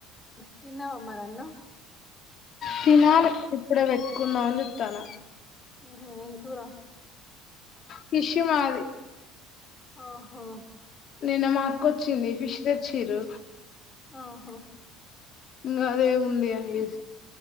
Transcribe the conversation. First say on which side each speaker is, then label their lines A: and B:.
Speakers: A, on the left (about 20°); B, on the left (about 45°).
A: తిన్నావ మరి అన్నం
B: తినాలీ ఇప్పుడ పెట్టుకుందాం అని చూస్తున
A: ఓహో ఇంకరా
B: కిషు మాది
A: ఆహా
B: నేను మాక్కొచ్చింది ఫిష్ తెచ్చరు
A: ఆహో
B: ఇంకా అదే ఉంది అండి